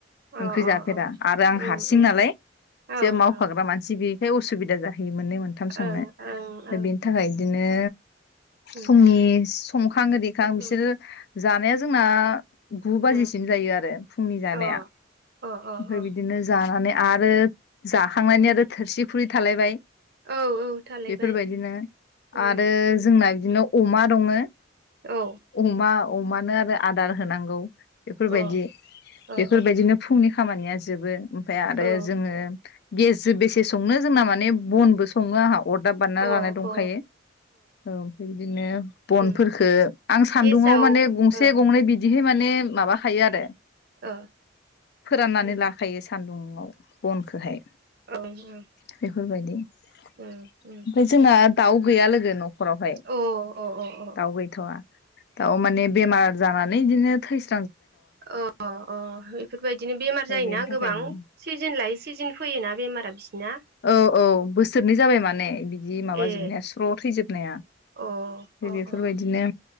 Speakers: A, on the right (about 55°); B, on the left (about 55°).
A: अ
B: ओंख्रि जाफेरा
A: अ
B: आरो आं
A: उम
B: हारसिं
A: उम
B: नालाय
A: औ
B: जे मावफाग्रा
A: औ
B: मानसि बे बे उसुबिदा जायो मोननै मोनथाम
A: ओं
B: संनाय
A: ओं
B: बेनि
A: ओं
B: थाखाय बिदिनो
A: उम
B: फुंनि संखां ओरिखां बिसोरो
A: उम
B: जानाया जोंना गु
A: उम
B: बाजिसिम जायो आरो फुंनि जानाया
A: अ अ
B: ओमफ्राय
A: अ
B: बिदिनो जानानै आरो जाखांनानै आरो थोरसि खुरि थालायबाय
A: औ औ थालायबाय
B: बेफोरबायदिनो
A: उम
B: आरो
A: उम
B: जोंना बिदिनो अमा दङो
A: औ
B: अमा अमानो आरो आदार होनांगौ बेफोरबायदि
A: अ अ
B: बेफोरबायदिनो
A: अ
B: फुंनि खामानिया जोबो ओमफाय आरो
A: औ
B: जोङो गेसजों बेसे संनो जोंना माने बनबो सङो आंहा अरदाब बानायना
A: अ
B: लानाय दंखायो
A: अ
B: औ बेबादिनो बनफोरखो
A: उम
B: आं सान्दुङाव
A: गेसाव
B: माने गंसे
A: ओ
B: गंनै बिदि बे माने माबाखायो आरो
A: ओ
B: फोराननानै
A: उम
B: लाखायो सान्दुंङाव नाव बनखौहाय
A: औ उम
B: बेफोरबायदि
A: उम
B: ओमफाय
A: उम
B: जोंना दाउ गैया लोगो नख नखरावहाय
A: अ ओं ओं
B: दाउ गैथवा दाउ माने बेमार जानानै इदिनो थैस
A: अ अ बेफोरबायदिनो बेमार
B: ओमफ्राय
A: जायोना
B: बेनि थाखायनो
A: गोबां सिजोन लायै सिजोन फैयोना बेमारा बिसोरना
B: औ औ बोसोरनै जाबाय माने बिदि माबाजोबनाया
A: ए
B: स्र थैजोबनाया
A: अ अ
B: बेफोरबायदिनो
A: अ अ